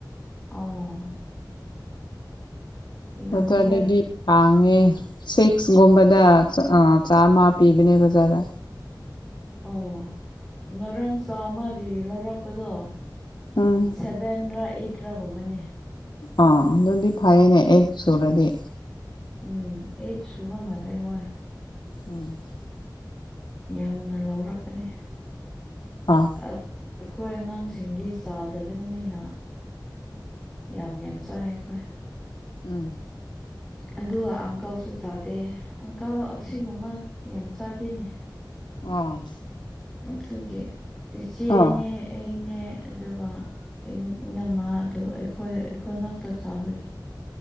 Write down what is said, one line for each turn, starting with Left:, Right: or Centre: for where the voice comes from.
Centre: ꯑꯣ ꯌꯥꯝꯃꯦꯍꯦ
Left: ꯕꯖꯥꯔꯗꯗꯤ ꯇꯥꯡꯉꯦ ꯁꯤꯛꯁꯒꯨꯝꯕꯗ ꯆꯥ ꯆꯥꯝꯃ ꯄꯤꯕꯅꯦ ꯕꯖꯥꯔꯗ
Centre: ꯑꯣ ꯉꯔꯥꯡ ꯆꯥꯝꯃꯒꯤ ꯂꯧꯔꯛꯄꯗꯣ
Left: ꯎꯝ
Centre: ꯁꯚꯦꯟꯔ ꯑꯦꯠꯔ ꯒꯨꯝꯕꯅꯦ
Left: ꯑꯥ ꯑꯗꯨꯗꯤ ꯐꯩꯌꯦꯅꯦ ꯑꯦꯠ ꯁꯨꯔꯗꯤ
Centre: ꯎꯝ ꯑꯦꯠ ꯁꯨꯕ ꯃꯥꯜꯂꯦ ꯍꯣꯏ
Left: ꯎꯝ
Centre: ꯌꯥꯝꯅ ꯂꯧꯔꯛꯄꯅꯦ
Left: ꯑꯥ
Centre: ꯑꯥ ꯑꯩꯈꯣꯏ ꯑꯉꯥꯡꯁꯤꯡꯗꯤ ꯆꯥꯗꯕꯅꯤꯅ ꯌꯥꯝ ꯌꯥꯝ ꯆꯥꯏ ꯑꯩꯈꯣꯏ
Left: ꯎꯝ
Centre: ꯑꯗꯨꯒ ꯑꯪꯀꯜꯁꯨ ꯆꯥꯗꯦ ꯑꯪꯀꯜ ꯑꯁꯤꯒꯨꯝꯕ ꯌꯥꯝ ꯆꯥꯗꯦꯅꯦ
Left: ꯑꯣ
Centre: ꯑꯗꯨꯒꯤ ꯏꯆꯦꯅꯦ
Left: ꯑꯥ
Centre: ꯑꯩꯅꯦ ꯑꯗꯨꯒ ꯏꯅꯝꯃ ꯗꯨ ꯑꯩꯈꯣꯏ ꯑꯩꯈꯣꯏ ꯉꯥꯛꯇ ꯆꯥꯕꯒꯤ